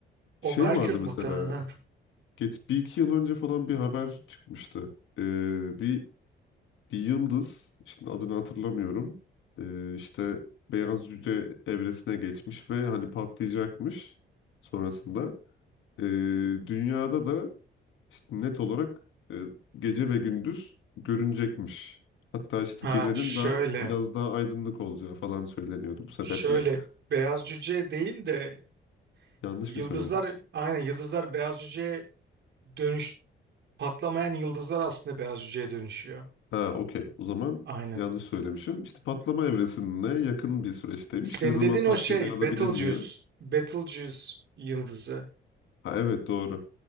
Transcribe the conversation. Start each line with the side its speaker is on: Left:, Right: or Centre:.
Right: O
Left: Şey
Right: Merkür
Left: vardı
Right: muhtemelen.
Left: mesela.
Right: Ha,
Left: Geç bir iki yıl önce falan bir haber çıkmıştı. Ee, Bir Bir yıldız, şimdi adını hatırlamıyorum. Ee, işte beyaz cüce evresine geçmiş ve hani patlayacakmış sonrasında. Ee, dünyada da işte net olarak e, gece ve gündüz görünecekmiş. Hatta işte
Right: Ha,
Left: gecenin
Right: şöyle.
Left: daha biraz daha aydınlık olacağı falan söyleniyordu bu sebeple.
Right: Şöyle beyaz cüce değil de
Left: Yanlış
Right: yıldızlar
Left: mı söyledim?
Right: aynen yıldızlar beyaz cüceye dönüş patlamayan yıldızlar aslında beyaz cüceye dönüşüyor.
Left: Ha, okey. O zaman
Right: Aynen.
Left: yanlış söylemişim. İşte patlama evresine yakın bir süreçteymiş.
Right: Sen
Left: Ne zaman
Right: dedin o
Left: patlayacağı
Right: şey Betelgeuse.
Left: da bilinmiyor.
Right: Betelgeuse yıldızı.
Left: Ha, evet doğru.